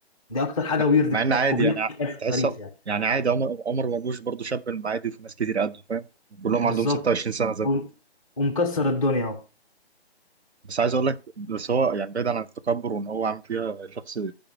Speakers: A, in the centre; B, on the right.
A: دي اكتر حاجه
B: مع
A: ويرد
B: مع
A: بتاعت
B: ان عادي
A: كوبليه
B: يعني ع-
A: بتاعت في
B: تحس
A: التاريخ يعني
B: يعني عادي عمر عمر مرموش برضه شاب من المعادي وفي ناس كتير قده فاهم كلهم
A: بالظبط
B: عندهم 26 سنه زي
A: وم- ومكسر الدنيا اهو
B: بس عايز اقول لك بس هو يعني بعيدا عن التكبر وان هو عامل فيها شخص